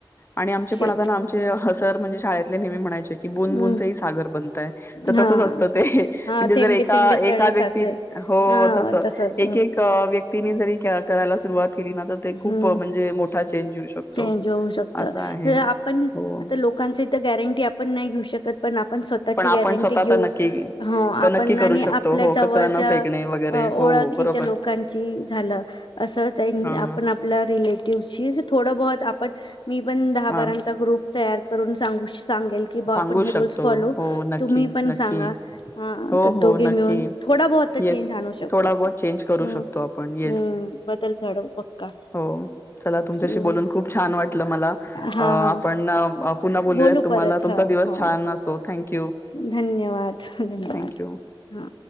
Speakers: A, on the left (about 25°); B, on the left (about 65°).
A: आणि आमचे
B: ते
A: पण आता ना आमचे हजार म्हणजे शाळेत नेहमी म्हणायचे <inaudible>
B: हम्म
A: तर
B: हा
A: तसच असतं, ते
B: हा
A: म्हणजे
B: थेंबे
A: जर एका
B: थेंबे तळे
A: एका व्यक्ती
B: साचे
A: हो
B: हा
A: तस
B: तसच
A: एक एक अं व्यक्तीनी जरी करा करायला सुरुवात केली ना तर, ते खूप
B: हम्म
A: म्हणजे मोठा चेंज येऊ शकतो.
B: चेंज होऊ शकत.
A: असं आहे.
B: आपण
A: हो.
B: आता लोकांच इथ गॅरंटी आपण नाही घेऊ शक त पण आपण त्याची
A: पण आपण
B: गॅरंटी
A: स्वतः
B: घेऊ
A: तर नक्की
B: हा.
A: क
B: आपण
A: नक्की करू
B: आणि आपल्या
A: शकतो. हो
B: जवळच्या
A: कचरा न फेकणे वगैरे.
B: ओळखीच्या
A: हो बरोबर.
B: लोकांची झालं, अस त्यांनी
A: हां.
B: आपण आपल्या रिलेटिव थोड बोल आपण मी पण दहा
A: हां.
B: बारांचा ग्रुप तयार करून सांगू शक सांगेल की बा,
A: सांगू
B: आपण हे रूल्स
A: शकतो.
B: फॉलो
A: हो नक्की,
B: तुम्ही पण
A: नक्की.
B: सांगा हा
A: हो
B: तर
A: हो
B: दोघे
A: नक्की.
B: मिळून थोडा बहुत तर
A: येस
B: चेंज आणू शकू
A: थोडा
B: आपण
A: बहत चेंज करू
B: हम्म
A: शकतो. येस.
B: हम्म बदल घडवू पक्का
A: हो. चला तुमच्याशी
B: हम्म
A: बोलून खूप छान वाटलं मला,
B: हा
A: आपण
B: हा
A: पुन्हा बोलूया
B: बोलू
A: तुम्हाला
B: परत
A: तुमचा
B: हा
A: दिवस
B: हो
A: छान असो थँक्यू.
B: धन्यवाद, धन्यवाद.
A: थँक्यू.
B: हा